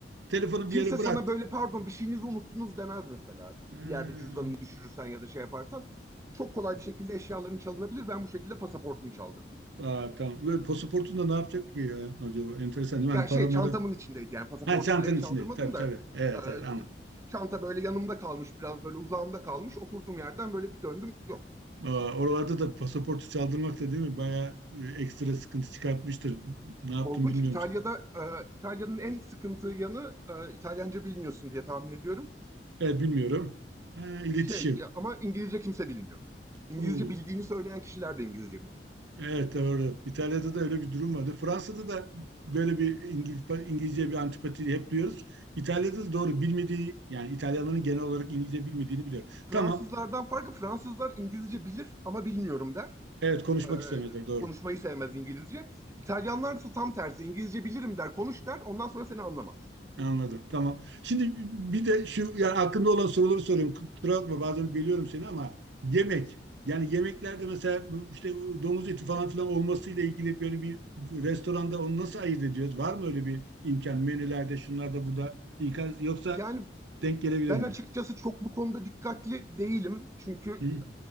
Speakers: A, on the right; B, on the right.
A: telefonu
B: Kimse
A: bir yere bıraktık.
B: sana böyle pardon bir şeyinizi unuttunuz demez mesela.
A: Ee,
B: Bir yerde cüzdanını düşürürsen ya da şey yaparsan çok kolay bir şekilde eşyaların çalınabilir. Ben bu şekilde pasaportumu çaldırdım.
A: aa, tamam. Ve pasaportun da ne yapacak ki ya acaba? Enteresan değil mi?
B: Ya
A: Hani para
B: şey
A: mara.
B: çantamın içindeydi yani pasaportu
A: Ha çantanın
B: direkt
A: içindeydi.
B: çaldırmadım
A: Tabii tabii.
B: da
A: Evet
B: e,
A: evet anladım.
B: çanta böyle yanımda kalmış biraz böyle uzağımda kalmış oturduğum yerden böyle bir döndüm yok.
A: Aa, oralarda da pasaportu çaldırmak da değil mi? Bayağı e, ekstra sıkıntı çıkartmıştır. Ne yaptım
B: Korkunç
A: bilmiyorum.
B: İtalya'da e, İtalya'nın en sıkıntı yanı e, İtalyanca bilmiyorsun diye tahmin ediyorum.
A: Evet bilmiyorum. Ha, iletişim.
B: E, şey ya ama İngilizce kimse bilmiyor. İngilizce
A: Oo.
B: bildiğini söyleyen kişiler de İngilizce bilmiyor.
A: Evet doğru. İtalya'da da öyle bir durum vardı. Fransa'da da böyle bir İngiliz, İngilizce bir antipati hep duyuyoruz. İtalya'da da doğru bilmediği yani İtalyanların genel olarak İngilizce bilmediğini biliyorum.
B: Fransızlardan
A: Tamam.
B: farkı Fransızlar İngilizce bilir ama bilmiyorum der.
A: Evet konuşmak
B: E,
A: istemezler doğru.
B: konuşmayı sevmez İngilizce. İtalyanlar ise tam tersi İngilizce bilirim der konuş der ondan sonra seni anlamaz.
A: Anladım. Tamam. Şimdi bir de şu yani aklımda olan soruları soruyorum. Kusura bakma bazen bölüyorum seni ama yemek. Yani yemeklerde mesela bu işte domuz eti falan filan olmasıyla ilgili böyle bir restoranda onu nasıl ayırt ediyoruz? Var mı öyle bir imkan menülerde şunlarda burada İkaz- Yoksa
B: Yani
A: Denk gelebilir
B: ben
A: mi?
B: açıkçası çok bu konuda dikkatli değilim. Çünkü
A: Hı?